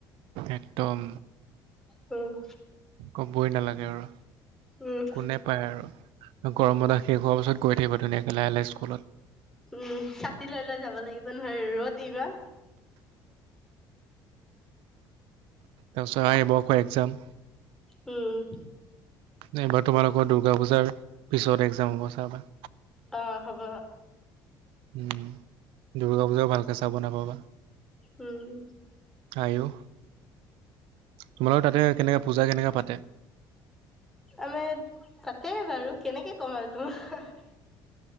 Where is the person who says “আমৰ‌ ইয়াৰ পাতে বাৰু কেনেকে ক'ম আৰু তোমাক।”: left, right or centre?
Centre